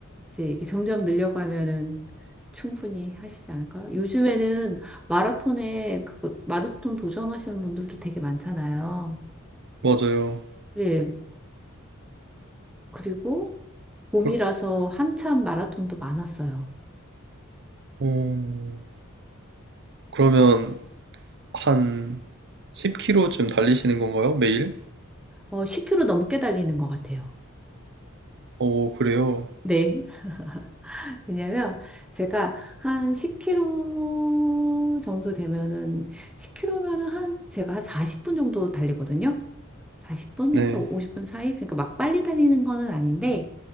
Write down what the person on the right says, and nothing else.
맞아요.
그,
어, 그러면 한 10km쯤 달리시는 건가요? 매일?
어, 그래요.
네.